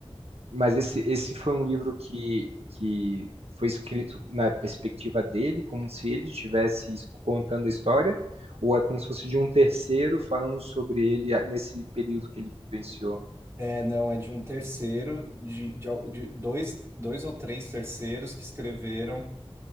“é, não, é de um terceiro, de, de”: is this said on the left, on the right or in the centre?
Right